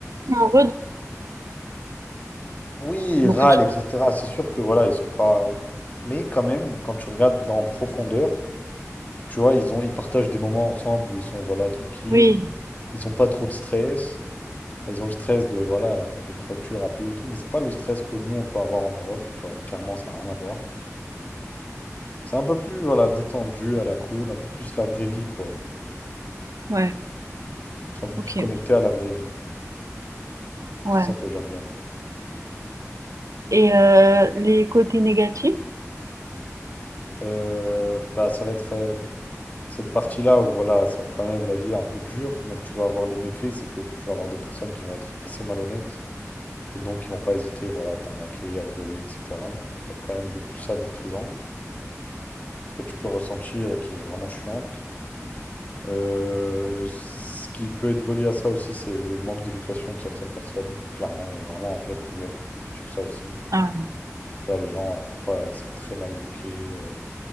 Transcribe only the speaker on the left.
Oui, ils
râlent, etc. C'est sûr que, voilà, ils sont pas... Mais quand même, quand tu regardes dans profondeur, tu vois, ils ont, ils partagent des moments ensemble où ils sont, voilà, tranquilles,
ils ont pas trop de stress. Enfin, ils ont le stress de, voilà, quelques factures à payer et tout, mais c'est pas le stress que nous, on peut avoir en Europe, tu vois. Clairement, ça n'a rien à voir. C'est un peu plus, voilà, détendu, à la cool, un peu plus la vraie vie, quoi.
C'est un peu
plus connecté à la vraie vie.
C'est ça que j'aime bien, moi.
Euh, bah, ça va être euh, cette partie-là où, voilà, c'est quand même la vie un peu dure. Donc, tu vas avoir les méfaits, c'est que tu vas avoir des personnes qui vont être assez malhonnêtes et donc qui vont pas hésiter, voilà, à t'arnaquer, à te voler, etc. Il y a quand même beaucoup ça de présent que tu peux ressentir et qui est vraiment chiante. Euh, ce qui peut être relié à ça aussi, c'est le manque d'éducation de certaines personnes. Clairement, il y a vraiment un vrai problème sur ça aussi.
Tu vois, les gens, euh, parfois, ils sont très mal éduqués, euh,